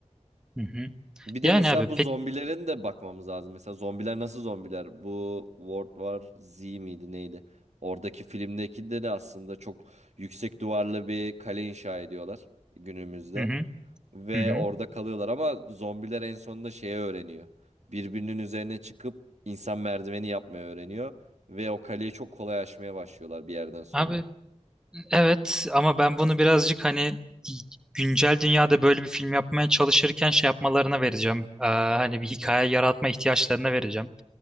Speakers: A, in the centre; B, on the right.
A: Hı hı.
B: Bir de
A: Yani
B: mesela
A: abi
B: bu
A: pek...
B: zombilerin de bakmamız lazım. Mesela zombiler nasıl zombiler? Bu World War Z miydi neydi? Oradaki filmdeki de de aslında çok yüksek duvarlı bir kale inşa ediyorlar günümüzde.
A: Hı hı.
B: Ve
A: Hı hı.
B: orada kalıyorlar ama zombiler en sonunda şeyi öğreniyor. Birbirinin üzerine çıkıp insan merdiveni yapmayı öğreniyor. Ve o kaleyi çok kolay aşmaya başlıyorlar bir yerden sonra.
A: Abi Evet ama ben bunu birazcık hani güncel dünyada böyle bir film yapmaya çalışırken şey yapmalarına vereceğim. Ee, hani bir hikaye yaratma ihtiyaçlarına vereceğim.